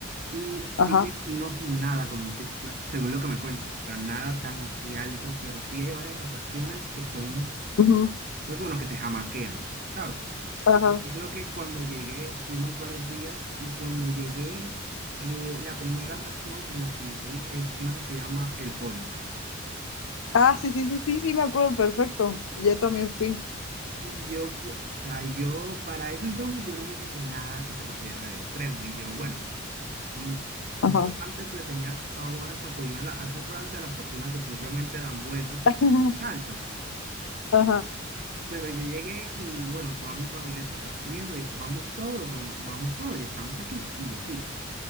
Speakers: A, on the right; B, on the left.
A: Y sí,
B: ajá,
A: no es nada como Six Flags, según lo que me cuentas. O sea, nada tan así alto, pero sí hay varias atracciones que son,
B: ujú,
A: pues bueno, que te jamaquean, ¿sabes?
B: ajá.
A: Recuerdo que cuando llegué, fuimos varios días y cuando llegué, eh, la primera atracción en la que me subí es una que se llama el Hulk. O sea,
B: Ah, sí, sí, sí, sí, sí, me acuerdo perfecto. Yo también fui.
A: y yo, fu- o sea, yo para ese entonces yo no había hecho nada que se considerara extremo y yo, bueno, mm, yo
B: Ajá.
A: antes le tenía pavor hasta subirme a, la- a esas ruedas de la fortuna que simplemente dan vueltas porque
B: <laughs>
A: es muy alto.
B: Ajá.
A: Pero yo llegué y bueno, toda mi familia se estaba subiendo y vamos todos, vam- vamos todos, ya estamos aquí. Y yo fui.